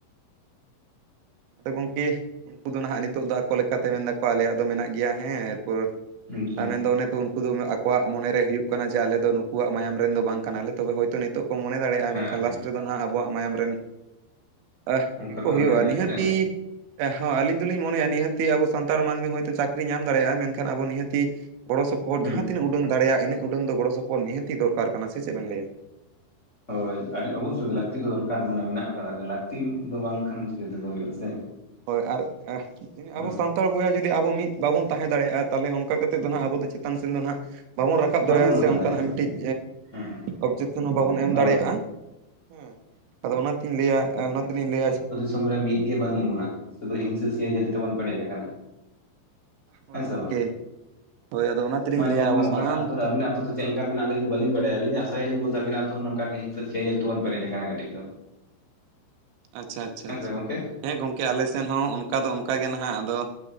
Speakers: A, on the right; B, on the left.
A: ᱟᱫᱚ ᱜᱚᱝᱠᱮ ᱩᱱᱠᱩ ᱫᱚ ᱱᱟᱦᱟᱜ ᱱᱤᱛᱚᱜ ᱫᱚ ᱟᱠᱚ ᱞᱮᱠᱟᱛᱮ ᱢᱮᱱ ᱫᱟᱠᱚ ᱟᱞᱮᱭᱟᱜ ᱫᱚ ᱢᱮᱱᱟᱜ ᱜᱮᱭᱟ ᱦᱮᱸ ᱮᱨᱯᱚᱨ
B: ᱦᱩᱸ ᱦᱩᱸ ᱟᱪᱪᱷᱟ
A: ᱟᱨ
B: ᱦᱮᱸ
A: ᱢᱮᱱᱫᱚ ᱚᱱᱮ ᱛᱚ ᱩᱱᱠᱩ ᱫᱚ ᱟᱠ ᱟᱠᱚᱣᱟᱜ ᱢᱚᱱᱮᱨᱮ ᱦᱩᱭᱩᱜ ᱠᱟᱱᱟ ᱡᱮ ᱟᱞᱮ ᱫᱚ ᱱᱩᱠᱩᱣᱟᱜ ᱢᱟᱭᱟᱢ ᱨᱮᱱ ᱫᱚ ᱵᱟᱝ ᱠᱟᱱᱟᱞᱮ ᱛᱚᱵᱮ ᱦᱚᱭᱛᱳ ᱱᱤᱛᱚᱜ ᱠᱚ ᱢᱚᱱᱮ ᱫᱟᱲᱮᱭᱟᱜᱼᱟ
B: ᱦᱮᱸ
A: ᱢᱮᱱᱠᱷᱟᱱ ᱞᱟᱥᱴ ᱨᱮ ᱱᱟᱦᱟᱜ ᱟᱵᱚᱣᱟᱜ ᱢᱟᱭᱟᱢ ᱨᱮᱱ, ᱟ
B: ᱚᱱᱠᱟ
A: ᱜᱮᱠᱚ
B: ᱠᱚ ᱢᱚᱱᱮᱜ
A: ᱦᱩᱭᱩᱜᱼᱟ
B: ᱜᱮᱭᱟ
A: ᱱᱤᱦᱟᱹᱛ
B: ᱥᱮ
A: ᱤ ᱟᱹᱞᱤᱧ ᱫᱚᱞᱤᱧ ᱢᱚᱱᱮᱭᱟ ᱱᱤᱦᱟᱹᱛᱤ ᱟᱵᱚ ᱥᱟᱱᱛᱟᱲ ᱢᱟᱹᱱᱢᱤ ᱦᱚᱭᱛᱚ ᱪᱟᱹᱠ ᱠᱨᱤ ᱧᱟᱢ ᱫᱟᱲᱮᱭᱟᱜᱼᱟ ᱢᱮᱱᱠᱷᱟᱱ ᱟᱵᱚ ᱱᱤᱦᱟᱹᱛᱤ ᱜᱚᱲᱚ ᱥᱚᱯᱚᱦᱚᱫ
B: ᱦᱩᱸ
A: ᱡᱟᱦᱟᱸ ᱛᱤᱱᱟᱹᱜ ᱩᱰᱟᱹᱝ ᱫᱟᱲᱮᱭᱟᱜ ᱤᱱᱟᱹᱜ ᱩᱰᱟᱹᱝ ᱫᱚ ᱜᱚᱲᱚ ᱥᱚᱯᱚᱦᱚᱫ ᱱᱤᱦᱟᱹᱛᱤ ᱫᱚᱨᱠᱟᱨ ᱠᱟᱱᱟ ᱥᱮ ᱪᱮᱜ ᱵᱮᱱ ᱞᱟᱹᱭᱟ?
B: ᱦᱳᱭ ᱟᱹᱰᱤ ᱚᱵᱚᱥᱥᱳᱭ ᱞᱟᱹᱠᱛᱤ ᱫᱚ ᱫᱚᱨᱠᱟᱨ ᱢᱟᱱᱮ ᱢᱮᱱᱟᱜ ᱠᱟᱫᱟ ᱞᱟᱹᱠᱛᱤ ᱫᱚ ᱵᱟᱝᱠᱷᱟᱱ ᱪᱤᱠᱟᱹ ᱛᱮᱫᱚ ᱦᱳᱭᱳᱜᱼᱟ ᱥᱮ᱾
A: ᱦᱳᱭ ᱟᱨ ᱟᱵᱚ
B: ᱦᱮᱸ
A: ᱥᱟᱱᱛᱟᱲ ᱵᱚᱭᱦᱟ ᱡᱩ ᱡᱩᱫᱤ ᱟᱵᱚ ᱢᱤᱫ ᱵᱟᱵᱚᱱ ᱛᱟᱦᱮᱸ ᱫᱟᱲᱮᱜᱼᱟ ᱛᱟᱦᱚᱞᱮ ᱚᱱᱠᱟ ᱠᱟᱛᱮᱫ ᱫᱚ ᱦᱟᱸᱜ ᱟᱵᱚ ᱪᱮᱛᱟᱱ ᱥᱮᱫ ᱫᱚ ᱦᱟᱸᱜ ᱵᱟᱵᱚᱱ ᱨᱟᱠᱟᱵ
B: ᱵᱟᱝᱵᱚᱱ
A: ᱫᱟᱲᱮᱭᱟᱜᱼᱟ
B: ᱞᱟᱦᱟ
A: ᱥᱮ ᱚᱱᱠᱟᱱᱟᱜ
B: ᱫᱟᱲᱮᱭᱟᱜᱼᱟ
A: ᱢᱤᱫᱴᱤᱡ
B: ᱦᱮᱸ ᱦᱮᱸ
A: ᱚᱵᱡᱮᱠᱥᱮᱱ ᱦᱚᱸ ᱵᱟᱵᱚᱱ ᱮᱢ
B: ᱦᱳᱭ
A: ᱫᱟᱲᱮᱭᱟᱜᱼᱟ᱾ ᱦᱮᱸ ᱟᱫᱚ ᱚᱱᱟᱛᱤᱧ ᱞᱟᱹᱭᱟ ᱚᱱᱟᱛᱤᱞᱤᱧ ᱞᱟᱹᱭᱟ
B: ᱥᱚᱢ ᱨᱮ ᱢᱤᱫ ᱜᱮ ᱵᱟᱹᱱᱩᱜ ᱵᱚᱱᱟ ᱥᱩᱫᱩ ᱦᱤᱝᱥᱟᱹ ᱥᱤᱭᱟᱹ ᱡᱟᱹᱨᱤ ᱛᱮᱵᱚᱱ ᱯᱮᱨᱮᱡ ᱠᱟᱱᱟ᱾
A: ᱦᱳᱭ
B: ᱦᱮᱸᱥᱮ
A: ᱜᱚᱢᱠᱮ
B: ᱵᱟᱝ,
A: ᱦᱳᱭ ᱟᱫᱚ ᱚᱱᱟ ᱛᱮᱞᱤᱧ
B: ᱢᱟ
A: ᱞᱟᱹᱭᱟ
B: ᱧᱮᱞ
A: ᱟᱵᱚ
B: ᱢᱮ ᱚᱠᱟᱴᱟᱜ
A: ᱥᱟᱱᱟᱢ
B: ᱟᱹᱛᱩ ᱨᱮ ᱟᱵᱤᱱᱟᱜ ᱟᱹᱛᱩ ᱫᱚ ᱪᱮᱫ ᱞᱮᱠᱟ ᱢᱮᱱᱟᱜ ᱞᱤᱧ ᱟᱹᱞᱤᱧ ᱫᱚ ᱵᱟᱹᱞᱤᱧ ᱵᱟᱰᱟᱭᱟ, ᱟᱹᱞᱤᱧ ᱟᱥᱟᱭᱟᱞᱤᱧ ᱵᱚᱞᱛᱮ ᱟᱹᱵᱤᱱᱟᱜ ᱛᱚᱦ ᱱᱚᱝᱠᱟ ᱜᱮ ᱦᱤᱝᱥᱟᱹ ᱥᱩᱭᱟᱹᱡᱽ ᱛᱮ ᱵᱚᱱ ᱯᱮᱨᱮᱡ ᱟᱠᱟᱱᱟ ᱠᱟᱹᱴᱤᱡ ᱫᱚ᱾
A: ᱟᱪᱪᱷᱟ ᱟᱪᱪᱷᱟ
B: ᱦᱮᱸ
A: ᱟᱪᱪᱷᱟ᱾
B: ᱥᱮ ᱜᱚᱝᱠᱮ
A: ᱦᱮᱸ ᱜᱚᱝᱠᱮ ᱟᱞᱮ ᱥᱮᱱ ᱦᱚᱸ ᱚᱱᱠᱟ ᱫᱚ ᱚᱱᱠᱟ ᱜᱮ ᱱᱷᱟᱸᱜ ᱟᱫᱚ